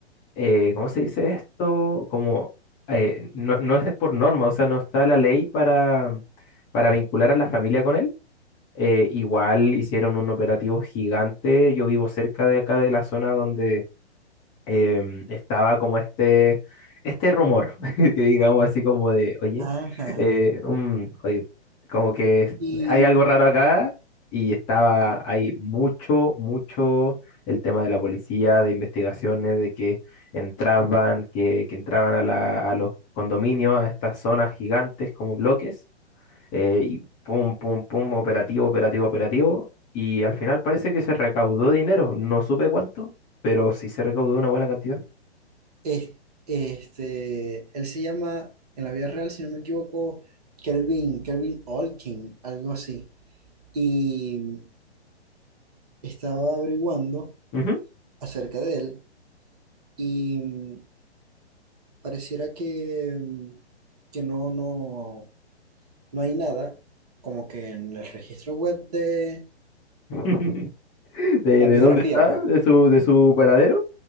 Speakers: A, on the left (about 15°); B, on the right (about 35°).
A: eh, ¿cómo se dice esto? Como, eh, no, no es por norma, o sea, no está la ley para, para vincular a la familia con él eh, igual hicieron un operativo gigante. Yo vivo cerca de acá de la zona donde em, estaba como este, este rumor, <laughs> que digamos así como de, oye,
B: Ajá.
A: eh, un- oye, como que
B: Y
A: hay algo raro acá y estaba ahí mucho, mucho el tema de la policía, de investigaciones, de que entraban, que, que entraban a la- a los condominios, a estas zonas gigantes como bloques eh, y pum, pum, pum, operativo, operativo, operativo. Y al final parece que se recaudó dinero, no supe cuánto, pero sí se recaudó una buena cantidad.
B: es- este, él se llama, en la vida real, si no me equivoco, Kelvin, Kelvin Olkin, algo así. Y estaba averiguando
A: Ujú.
B: acerca de él y mm, pareciera que, mm, que no, no, no hay nada como que en el registro web de
A: <laughs> ¿De,
B: la
A: de
B: biografía,
A: dónde está?
B: pues.
A: ¿De su, de su paradero?